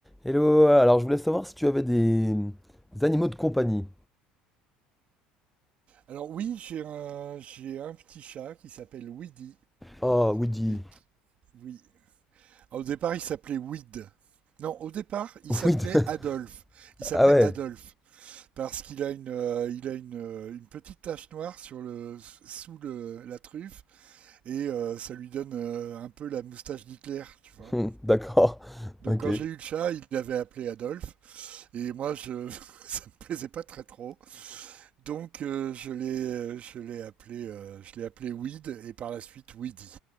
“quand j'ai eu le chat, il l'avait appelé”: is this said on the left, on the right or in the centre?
Right